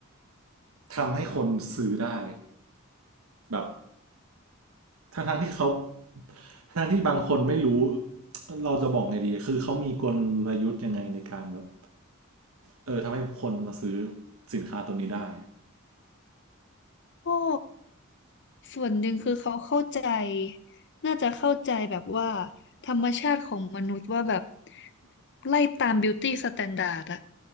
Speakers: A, on the right; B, on the left.
A: ทำให้คนซื้อได้แบบ ทั้งทั้งที่เขาทั้งที่บางคนไม่รู้เราจะบอกไงดีคือเขามีกลยุทธ์ยังไงในการแบบเออทำให้คนมาซื้อสินค้าตัวนี้ได้
B: โอ้ ส่วนหนึ่งคือเขาเข้าใจน่าจะเข้าใจแบบว่าธรรมชาติของมนุษย์ว่าแบบไล่ตามบิวตี้สแตนดาร์ดอะ